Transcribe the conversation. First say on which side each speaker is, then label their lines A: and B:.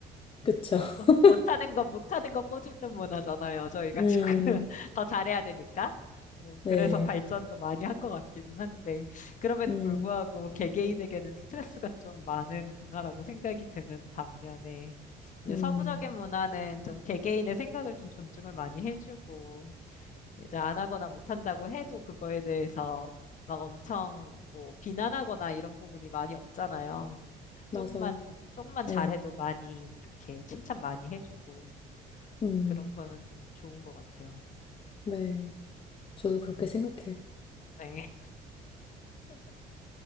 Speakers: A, on the left; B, on the left.
A: 그쵸?
B: 뭐,
A: <laughs>
B: 못하는 거 못하는 거 꼬집는 문화잖아요. 저희가
A: 음,
B: 조금 <laughs> 더 잘해야 되니까. 뭐,
A: 네,
B: 그래서 발전도 많이 한 것 같기는 한데, 그럼에도
A: 음,
B: 불구하고 개개인에게는 스트레스가 좀 많은 문화라고 생각이 드는 반면에, 이제
A: 음.
B: 서구적인 문화는 좀 개개인의 생각을 좀 존중을 많이 해주고, 이제 안 하거나 못한다고 해도 그거에 대해서 막 엄청 뭐 비난하거나 이런 부분이 많이 없잖아요. 조금만
A: 맞아요.
B: 조금만 잘해도
A: 네.
B: 많이 이렇게 칭찬 많이 해주고
A: 음,
B: 그런 거는 좀 좋은 것 같아요.
A: 네. 저도 그렇게 생각해요.
B: 네. <laughs>